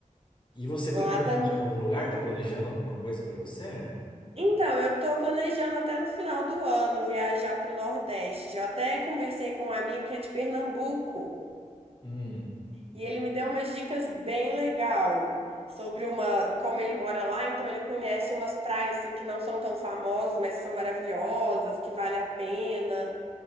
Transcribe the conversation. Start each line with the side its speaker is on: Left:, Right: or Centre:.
Left: E você
Right: Lá
Left: pretende
Right: também.
Left: viajar pra algum lugar? Tá planejando alguma coisa pra você?
Right: Então, eu tô planejando até no final do ano viajar para o Nordeste. Eu até conversei com um amigo que é de Pernambuco
Left: Hum.
Right: e ele me deu umas dicas bem legal sobre uma, como ele mora lá, então ele conhece umas praias assim que não são tão famosas, mas que são maravilhosas, que vale a pena.